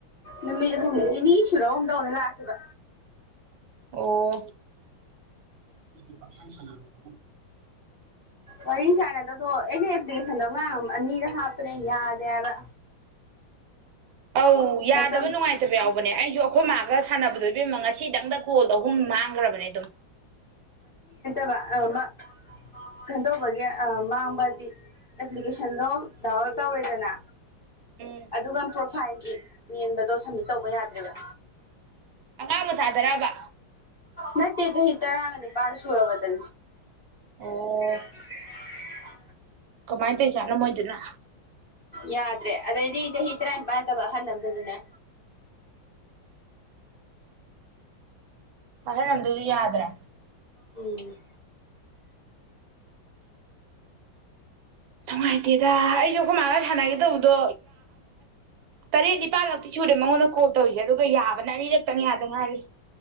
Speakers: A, on the left (about 45°); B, on the right (about 75°).
A: ꯅꯨꯃꯤꯠ ꯍꯨꯝꯅꯤ ꯅꯤꯅꯤ ꯁꯨꯔ ꯑꯨꯝꯗꯧꯅ ꯂꯥꯛꯈꯤꯕ
B: ꯑꯣ <inaudible>
A: ꯋꯥꯔꯤ ꯁꯥꯏꯅꯗꯗꯣ ꯑꯦꯅꯤ ꯑꯦꯄ꯭ꯂꯤꯀꯦꯁꯟꯗꯣꯥꯡ ꯑꯅꯤꯗ ꯍꯥꯞꯄꯅꯦ ꯌꯥꯗꯦ ꯍꯥꯏꯕ
B: ꯑꯧ ꯌꯥꯗꯕ
A: ꯃꯇꯝ
B: ꯅꯨꯡꯉꯥꯏꯇꯕ ꯌꯥꯎꯕꯅꯦ ꯑꯩꯁꯨ ꯑꯩꯈꯣꯏ ꯃꯥꯒ ꯁꯥꯟꯅꯕꯗꯣ ꯏꯕꯝꯃ ꯉꯁꯤꯗꯪꯗ ꯀꯣꯜ ꯑꯍꯨꯝ ꯃꯥꯡꯈ꯭ꯔꯕꯅꯦ ꯑꯗꯨꯝ
A: ꯕ ꯑ ꯀꯩꯗꯧꯕꯒꯤ ꯃꯥꯡꯕꯗꯤ ꯑꯦꯄ꯭ꯂꯤꯀꯦꯁꯟꯗꯣ ꯗꯥꯎꯟꯂꯣꯗ ꯇꯧꯔꯦꯗꯅ
B: ꯎꯝ
A: ꯑꯗꯨꯒ ꯐꯥꯏꯟꯒꯤ ꯌꯦꯟꯕꯗꯣ ꯁꯝꯃꯤꯠ ꯇꯧꯕ ꯌꯥꯗ꯭ꯔꯦꯔꯤꯕ
B: ꯑꯉꯥꯡ ꯃꯆꯥꯗꯔꯕ
A: ꯅꯠꯇꯦ ꯆꯍꯤ ꯇꯔꯥꯒꯅꯤ ꯄꯥꯡ ꯁꯨꯔꯕꯗ
B: ꯑꯣ
A: ꯍ
B: ꯀꯃꯥꯏꯅ ꯇꯧꯔꯤꯖꯥꯠꯅꯣ ꯃꯣꯏꯗꯨꯅ
A: ꯌꯥꯗ꯭ꯔꯦ ꯑꯗꯩꯗꯤ ꯆꯍꯤ ꯇꯔꯥꯅꯤꯄꯥꯟꯠꯇꯕ ꯑꯍꯜ ꯑꯃꯗꯁꯨꯅꯦ
B: ꯑꯍꯜꯅꯟꯗꯨꯁꯨ ꯌꯥꯗ꯭ꯔꯦ
A: ꯎꯝ
B: ꯅꯨꯡꯉꯥꯏꯇꯦꯗ ꯑꯩꯁꯨ ꯑꯩꯈꯣꯏ ꯃꯥꯒ ꯁꯥꯟꯅꯒꯦ ꯇꯧꯕꯗꯣ ꯇꯔꯦꯠ ꯅꯤꯄꯥꯜꯂꯛꯇꯤ ꯁꯨꯔꯦ ꯃꯉꯣꯟꯗ ꯀꯣꯜ ꯇꯧꯔꯤꯁꯦ ꯑꯗꯨꯒ ꯌꯥꯕꯅ ꯑꯅꯤꯔꯛꯇꯪ ꯌꯥꯗ ꯉꯥꯏꯔꯤ